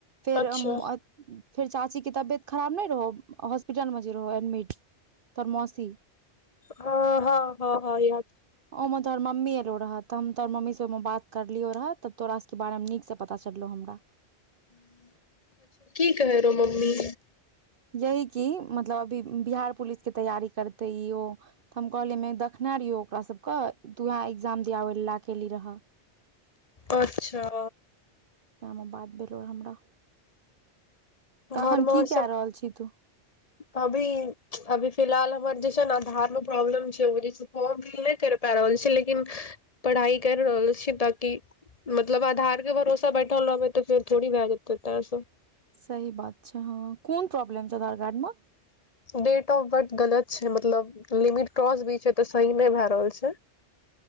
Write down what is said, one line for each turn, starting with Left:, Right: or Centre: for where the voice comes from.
Right: फेर
Left: अच्छा
Right: फेर चाची के तबियत खराब नै रहो हॉस्पिटल मे जे रहो एडमिट तोहर मौसी
Left: ह हां हां हां य
Right: ओ मे तोहर मम्मी एलौ रह तऽ हम तोहर मम्मीसे ओहिमे बात करलियौ रहऽ तऽ तोरा सबके बारेमे नीकसे पता चललौ हमरा
Left: अच्छा की कहै रहौ मम्मी
Right: यही की मतलब अभी बिहार पुलिस के तैयारी करतै ई ओ तऽ हम कहलियै देखने रहियौ ओकरासभके तऽ तुएह एक्जाम दियाबैय लेल लए एयली रहए।
Left: अच्छा
Right: वएह बात भेलहुं रहे हमरा तऽ
Left: घर
Right: अखन
Left: मे और
Right: की
Left: सब।
Right: कए रहल छी तू
Left: अभी -अभी फिलहाल हमर जे छै ने आधार मे प्रॉब्लम छैय। <unintelligible> हँ भी नै कैर पा रहल छी लेकिन पढ़ाइ कैर रहल छी ताकि। मतलब आधार के भरोसा बैठल रहबै तऽ फेरथोड़ी भए जेतै तें सऽ।
Right: सही बात छै हँ कोन प्रॉब्लम छौ तोरा आधार मे?
Left: डेट ऑफ बर्थ गलत छै मतलब लिमिट क्रॉस भी छै तऽ सही नै भए रहल छै।